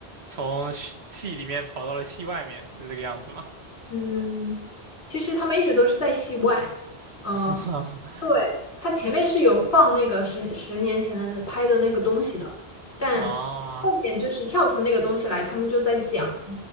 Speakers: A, on the right; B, on the left.
A: 从戏戏里面跑到了戏外面，是这个样子吗？
B: 嗯，其实他们一直都是在戏外，嗯，
A: <laughs>
B: 对，他前面是有放那个十十年前的拍的那个东西的，但后面就是跳出那个东西来，
A: 啊，
B: 他们就在讲，